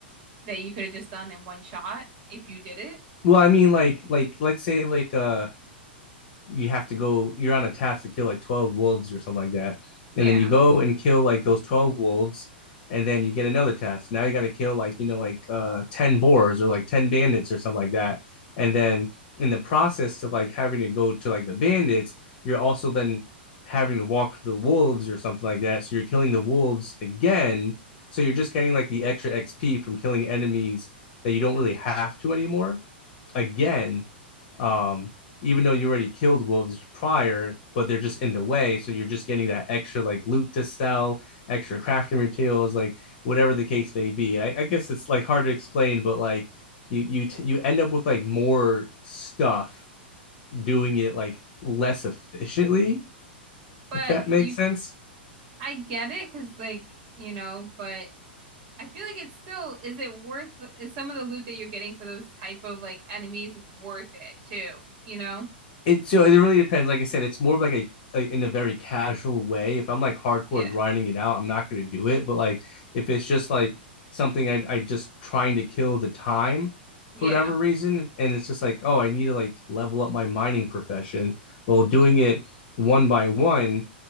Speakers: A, on the right (about 45°); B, on the left (about 45°).
A: that you could have just done in one shot if you did it?
B: Well, I mean like like let's say like uh you have to go you're on a task to kill like 12 wolves or something like that
A: Yeah.
B: and then you go and kill like those 12 wolves and then you get another task now you got to kill like you know like uh 10 boars or like 10 bandits or something like that and then in the process of like having to go to like the bandits you're also then having to walk through the wolves or something like that so you're killing the wolves again so you're just getting like the extra xp from killing enemies that you don't really have to anymore again, um, even though you already killed wolves prior, but they're just in the way. So you're just getting that extra like loot to sell, extra crafting materials, like whatever the case may be. I, I guess it's like hard to explain, but like you you t- you end up with like more stuff doing it like less efficiently,
A: But
B: if that
A: you,
B: makes sense.
A: c- I get it, cause like, you know, but I feel like it's still, is it worth, is some of the loot that you're getting for those type of like enemies worth it too, you know?
B: it so it really depends. Like I said, it's more of like a, a in a very casual way. If I'm like hardcore
A: Yeah.
B: grinding it out, I'm not going to do it. But like if it's just like something I I just trying to kill the time
A: Yeah.
B: for whatever reason, and it's just like oh I need to like level up my mining profession. Well, doing it one by one,